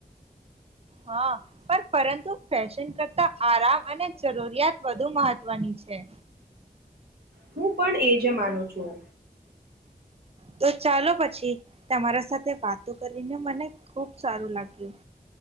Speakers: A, on the right; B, on the right.
A: હા, પણ પરંતુ ફેશન કરતા આરામ અને જરૂરિયાત વધુ મહત્વની છે.
B: હું પણ એ જ માનું છું.
A: તો ચાલો પછી તમારા. સાથે વાતો કરીને મને ખુબ સારું લાગ્યું,